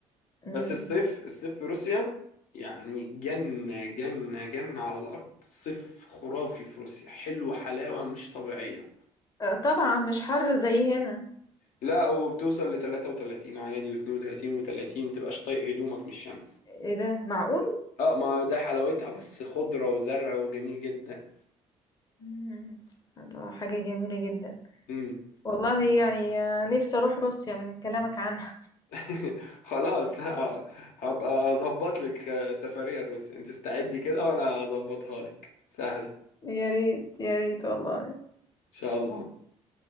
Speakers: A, on the left (about 30°); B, on the left (about 80°).
A: امم
B: بس الصيف الصيف في روسيا يعني جنة جنة جنة على الأرض صيف خرافي في روسيا حلو حلاوة مش طبيعية
A: آه، طبعا مش حر زي هنا
B: لا وبتوصل ل 33 عادي و32 و30 متبقاش طايق هدومك من الشمس
A: ايه ده معقول
B: اه ما ده حلاوتها بس خضرة وزرع وجميل جدا
A: مم. الله حاجه جميله جدا
B: امم
A: والله يعني آه، نفسي اروح روسيا من كلامك عنها
B: <laughs> خلاص آه، هبقى اظبط لك آه، سفرية لروسيا انت استعدي كده وانا اظبطها لك سهلة ان
A: يا ريت يا ريت والله
B: شاء الله